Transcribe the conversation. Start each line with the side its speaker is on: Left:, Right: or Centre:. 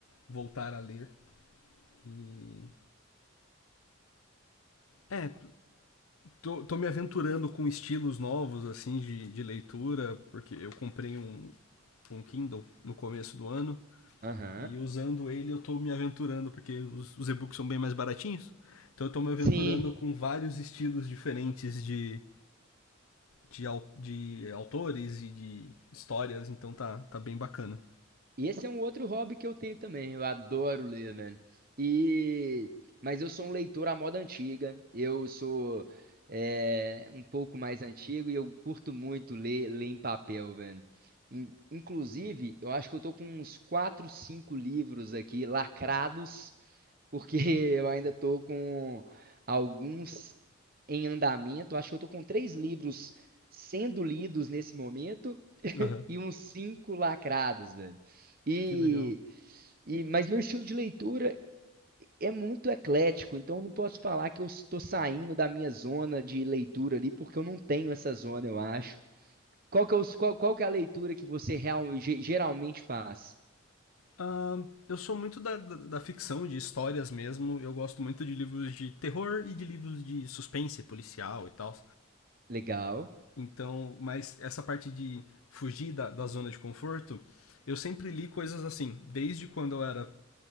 Left: voltar a ler. E. É, tô, tô me aventurando com estilos novos, assim, de, de leitura, porque eu comprei um, um Kindle no começo do ano.
Right: Aham.
Left: E usando ele eu tô me aventurando, porque os, os e-books são bem mais baratinhos. Então eu tô me aventurando
Right: Sim,
Left: com vários estilos diferentes de, de, au- de autores e de histórias, então tá, tá bem bacana.
Right: esse é um outro hobby que eu tenho também. Eu adoro ler, velho. E mas eu sou um leitor à moda antiga. Eu sou é, um pouco mais antigo e eu curto muito ler, ler em papel, velho. In- Inclusive, eu acho que eu tô com uns quatro, cinco livros aqui lacrados porque <laughs> eu ainda estou com alguns em andamento. Acho que eu estou com três livros sendo lidos nesse momento
Left: Uhum.
Right: e uns cinco lacrados, velho. E,
Left: Que legal.
Right: e mas meu estilo de leitura é muito eclético, então eu não posso falar que eu estou saindo da minha zona de leitura ali, porque eu não tenho essa zona, eu acho. Qual que é, os- qual, qual que é a leitura que você real, ge- geralmente faz?
Left: Ah, eu sou muito da, da, da ficção, de histórias mesmo. Eu gosto muito de livros de terror e de livros de suspense policial e tal.
Right: Legal.
Left: Então, mas essa parte de fugir da, da zona de conforto, eu sempre li coisas assim. Desde quando eu era